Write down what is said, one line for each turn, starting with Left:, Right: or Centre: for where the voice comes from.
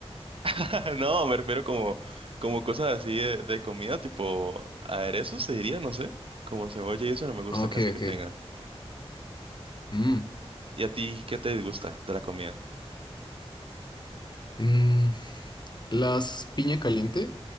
Right: <laughs> No, me refiero como, como cosas así de, de comida, tipo aderezos, te diría, no sé, como cebolla y eso no me gusta
Left: Ok,
Right: casi que
Left: ok.
Right: tengan.
Left: Mm.
Right: ¿Y a ti qué te disgusta de la comida?
Left: Mm, Las piña caliente,